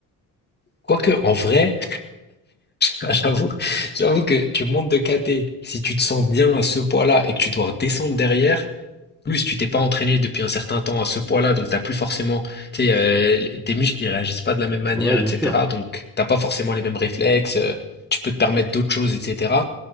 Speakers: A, on the left; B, in the centre.
A: quoique, en vrai, <laughs> j'avoue, j'avoue que tu montes de caté. si tu te sens bien à ce poids-là et que tu dois descendre derrière, plus, tu t'es pas entraîné depuis un certain temps à ce poids-là, donc t'as plus forcément, tu sais, euh, les- tes muscles ils réagissent pas de la même manière,
B: Ouais, bien
A: etc.
B: sûr.
A: Donc t'as pas forcément les mêmes réflexes, euh, tu peux te permettre d'autres choses, etc.